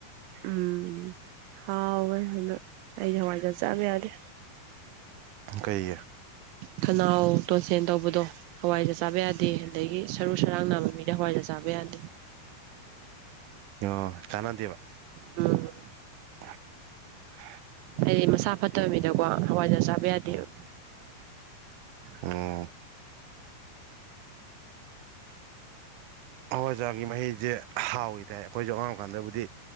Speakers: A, on the right; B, on the right.
A: ꯎꯝ ꯍꯥꯎꯋꯦ ꯑꯗꯣ ꯑꯩꯗꯤ ꯍꯋꯥꯏꯖꯥꯔ ꯆꯥꯕ ꯌꯥꯗꯦ
B: ꯀꯩꯒꯤ
A: ꯈꯅꯥꯎ ꯇꯣꯟꯁꯤꯟ ꯇꯧꯕꯗꯣ ꯍꯋꯥꯏꯖꯥꯔ ꯆꯥꯕ ꯌꯥꯗꯦ ꯑꯗꯒꯤ ꯁꯔꯨ ꯁꯔꯥꯡ ꯅꯥꯕ ꯃꯤꯗ ꯍꯋꯥꯏꯖꯥꯔ ꯆꯥꯕ ꯌꯥꯗꯦ
B: ꯑꯣ ꯀꯥꯅꯗꯦꯕ
A: ꯑꯝ
B: <inaudible>
A: ꯍꯥꯏꯗꯤ ꯃꯁꯥ ꯐꯠꯇꯕ ꯃꯤꯗꯀꯣ ꯍꯋꯥꯏꯖꯥꯔ ꯆꯥꯕ ꯕ ꯌꯥꯗꯦꯕ
B: ꯎꯝ ꯎꯝ ꯍꯋꯥꯖꯥꯔꯒꯤ ꯃꯍꯤꯁꯦ ꯍꯥꯎꯋꯦꯗꯤ ꯇꯥꯏ ꯑꯩꯈꯣꯏꯁꯨ ꯑꯉꯥꯡ ꯄꯥꯟꯗꯕꯨꯗꯤ